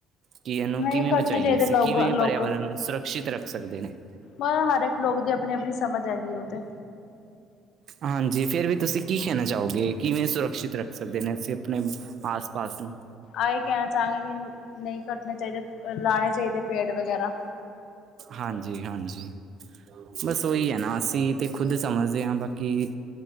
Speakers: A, on the right; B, on the left.
A: ਕਿ ਇਹਨੂੰ
B: ਨਹੀਂ
A: ਕਿਵੇਂ
B: ਕੱਟਣੇ
A: ਬਚਾਈਏ
B: ਚਾਹੀਦੇ
A: ਅਸੀਂ,
B: ਲੋਕ
A: ਕਿਵੇਂ
B: ਲੋਕ
A: ਪਰਿਆਵਰਨ ਨੂੰ ਸੁਰੱਖਸ਼ਿਤ ਰੱਖ ਸਕਦੇ ਨੇ?
B: ਬ, ਹਰ ਇੱਕ ਲੋਕ ਦੀ ਆਪਣੀ-ਆਪਣੀ ਸਮਝ ਹੈਗੀ ਉ ਤੇ।
A: ਹਾਂਜੀ, ਫੇਰ ਵੀ ਤੁਸੀਂ ਕੀ ਕਹਿਣਾ ਚਾਹੋਗੇ ਕਿਵੇਂ ਸੁਰੱਖਿਅਤ ਰੱਖ ਸਕਦੇ ਨੇ ਅਸੀਂ ਆਪਣੇ ਆਸ-ਪਾਸ ਨੂੰ।
B: ਆਹੀ ਕਹਿਣਾ ਚਾਹਾਂਗੇ ਕਿ ਨਹੀਂ ਕੱਟਣੇ ਚਾਹੀਦੇ, ਲਾਣੇ ਚਾਹੀਦੇ ਪੇੜ ਵਗੈਰਾ।
A: ਹਾਂਜੀ-ਹਾਂਜੀ। ਬਸ ਉਹੀ ਹੈ ਨਾ ਅਸੀਂ ਤੇ ਖੁਦ ਸਮਝਦੇ ਹਾਂ ਬਾਕ ਕਿ